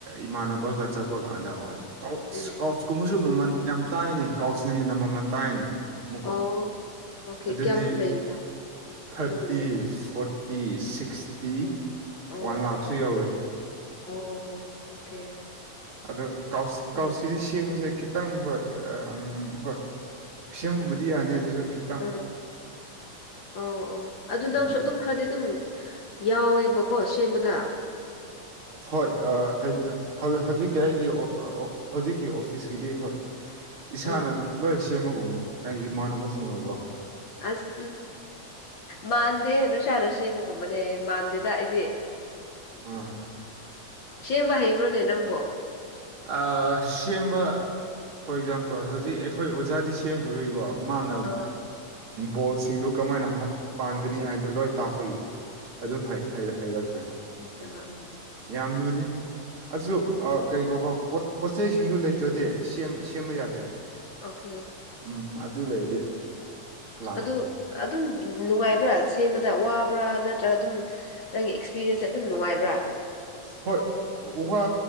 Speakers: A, on the right (about 45°); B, on the left (about 55°).
A: ꯏꯃꯥꯟꯅꯕꯒ ꯆꯠꯄ ꯀꯥꯟꯗ ꯑꯣꯏ
B: ꯎꯝ
A: ꯀꯨꯃꯨꯁꯨ ꯃꯃꯟ ꯌꯥꯝ ꯇꯥꯉꯦꯅꯤ ꯀꯥꯎꯁꯅ ꯍꯦꯟꯅ ꯃꯃꯜ ꯇꯥꯏꯅꯤ ꯑꯃꯨꯛꯀ
B: ꯑꯣ ꯑꯣꯀꯦ
A: ꯑꯗꯨꯗꯤ
B: ꯀꯌꯥꯃꯨꯛ ꯂꯩꯕ꯭ꯔꯥ
A: ꯊꯥꯔꯇꯤ
B: ꯑꯗꯨꯒꯨꯝꯕꯗꯣ
A: ꯐꯣꯔꯇꯤ ꯁꯤꯛꯁ ꯇꯤ
B: ꯑꯣꯀꯦ. ꯑꯣ
A: ꯋꯥꯟ ꯂꯥꯛꯁꯨ ꯌꯧꯋꯦ
B: ꯑꯣ ꯑꯣ ꯑꯣꯀꯦ
A: ꯑꯗꯨ ꯀꯧꯁ
B: ꯎꯝ
A: ꯀꯧꯁꯀꯤꯗꯤ ꯁꯤꯃꯁꯦ ꯈꯤ ꯈꯤꯇꯪ ꯍꯣꯏ ꯎꯝ ꯍꯣꯏ ꯁꯦꯝꯃꯨꯕꯨꯗꯤ ꯌꯥꯅꯤ ꯑꯗꯨꯁꯨ ꯈꯤ
B: ꯎꯝ ꯑꯣ ꯑꯣ ꯑꯗꯨ
A: ꯎꯝ
B: ꯅꯪꯁꯨ ꯑꯗꯨꯝ ꯈꯔꯗꯤ ꯑꯗꯨꯝ ꯌꯥꯎꯋꯦꯕꯀꯣ ꯁꯦꯝꯕꯗ
A: ꯍꯣꯏ ꯑ ꯀꯩ ꯍꯧ ꯍꯧꯖꯤꯛꯀꯤ ꯑꯩꯒꯤ ꯍꯧꯖꯤꯛꯀꯤ ꯑꯣꯐꯤꯁꯀꯤꯗꯤ ꯍꯣꯏ ꯏꯁꯥꯅ
B: ꯑ
A: ꯂꯣꯏ ꯁꯦꯝꯃꯒꯨꯝꯕꯅꯦ ꯑꯩ ꯏꯃꯥꯟꯅꯕꯁꯤꯡꯒꯒꯣ
B: ꯑꯁ ꯃꯥꯟꯗꯦ ꯅꯁꯥꯥꯅ ꯁꯦꯝꯕ ꯀꯨꯝꯕꯅꯦꯌꯦ ꯃꯥꯟꯗꯦꯗ ꯑꯩꯗꯤ
A: ꯑ
B: ꯁꯦꯝꯕꯥ ꯍꯩꯕ꯭ꯔꯣꯅꯦ ꯅꯪꯕꯣ
A: ꯑꯥ ꯁꯦꯝꯕ ꯐꯣꯔ ꯑꯦꯛꯖꯥꯝꯄꯜ ꯍꯧꯖꯤꯛ ꯑꯩꯈꯣꯏ ꯑꯣꯖꯥꯗꯤ ꯁꯦꯝꯈ꯭ꯔꯒꯤꯀꯣ ꯃꯥꯅ
B: ꯑ
A: ꯕꯣꯜꯁꯤꯡꯗꯨ ꯀꯃꯥꯏꯅ ꯄꯥꯟꯒꯅꯤ ꯍꯥꯏꯕꯗꯨ ꯂꯣꯏ ꯇꯥꯛꯄꯒꯤ ꯑꯗꯨꯝ ꯍꯩ ꯍꯩꯔꯛꯈ꯭ꯔꯦ
B: <unintelligible> ꯎꯝ
A: ꯌꯥꯝ ꯂꯨꯗꯦ ꯑꯁꯨ ꯀꯩ ꯀꯧꯕꯔꯣ ꯄꯣꯠ ꯆꯩꯁꯤꯡꯗꯨ ꯂꯩ ꯂꯩꯇꯔꯗꯤ ꯁꯦꯝ ꯁꯦꯝꯕ ꯌꯥꯗꯦ
B: ꯑꯣꯀꯦ
A: ꯎꯝ ꯑꯗꯨ ꯂꯩꯔꯗꯤ ꯂꯥꯏ
B: ꯑꯗꯨ ꯑꯗꯨꯝ ꯅꯨꯡꯉꯥꯏꯕ꯭ꯔꯥ ꯁꯦꯝꯕꯗ ꯋꯥꯕ꯭ꯔꯥ ꯅꯠꯇ꯭ꯔꯒ ꯑꯗꯨꯝ ꯅꯪꯒꯤ ꯑꯦꯛꯁꯄꯤꯔꯦꯟꯁ ꯇꯥ ꯑꯗꯨꯝ ꯅꯨꯡꯉꯥꯏꯕ꯭ꯔꯥ
A: ꯍꯣꯏ ꯋꯥ